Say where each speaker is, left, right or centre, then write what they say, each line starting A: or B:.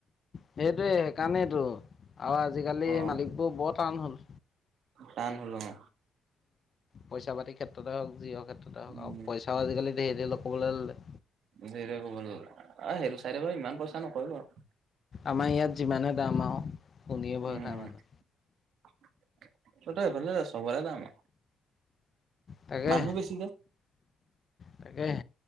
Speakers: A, on the left (about 40°); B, on the right (about 75°).
A: সেইটোৱে সেইকাৰণেতো আৰু আজিকালি
B: অ',
A: মালিকবোৰ বৰ টান হ'ল।
B: টান হ'ল অহ'।
A: পইচা-পাতি ক্ষেত্ৰতে হওক জিহৰ ক্ষেত্ৰতে হওক
B: উম,
A: আৰু পইচাও আজিকালি ধেৰ ধেৰ ক'বলৈ ল'লে।
B: সিজে এইটো কোনো ল'লে আহ' সেইটো চাই দে বাৰু ইমান পইচা নকয় বাৰু।
A: আমাৰ ইয়াত যিমানেহে দাম আৰু। কণীয়ে ভয়
B: উম।
A: খায় মানুহ
B: তহঁতৰ সেইফালে চবৰে দাম,
A: তাকেহে
B: মানুহ বেছি যে।
A: তাকেহে